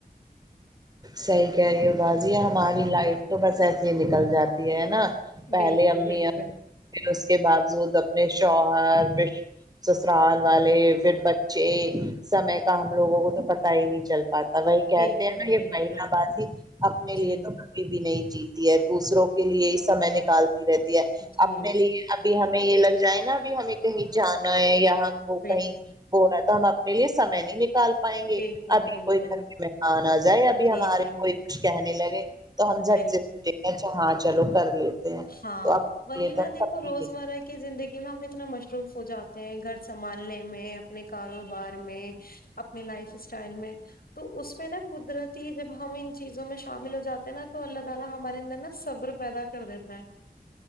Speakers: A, on the right; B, on the left.
A: صحیح کہہ رہی ہو باجی ہماری لائف تو بس ایسے ہی نکل جاتی ہے نا پہلے
B: بالکل
A: امی
B: بالکل
A: پھر اس کے باوجود اپنے شوہر پھر سسرال والے پھر بچے سمے کا ہم لوگوں کو تو پتا ہی نہیں چل پاتا وہی کہ
B: بالکل
A: نا یہ
B: بالکل
A: مہلا بازی اپنے لیے
B: جی
A: تو کوئی بھی نہیں جیتی ہے دوسروں کے لیے ہی سمے نکالتی رہتی ہے
B: جی
A: اپنے لیے ابھی ہمیں یہ لگ جائے نا اب ہمیں کہیں جانا ہے یا ہم وہ
B: بالکل
A: کہیں ہو رہا تو ہم اپنے لیے سمے نہیں نکال پائیں گے
B: بالکل
A: ابھی
B: بالکل
A: کوئی گھر میں آ نہ جائے ابھی
B: جی
A: ہمارے
B: جی
A: کوئی کچھ کہنے لگے تو ہم جٹے
B: بالکل
A: اچھا ہاں چلو کر لیتے ہیں
B: ہاں
A: تو آپ
B: وہی
A: یہ
B: نہا
A: تو
B: دیکھو
A: سب کی
B: روزمرہ
A: دیکھی،
B: کی کی زندگی میں ہم اتنا مصروف ہو جاتے ہیں گھر سنبھالنے میں اپنے کاروبار میں اپنی لائف اسٹائل میں تو اس میں نا قدرتی جب ہم ان چیزوں میں شامل ہو جاتے ہے ان تو اللہ تعالی ہمارے اندر نا صبر پیدا کر دیتا ہے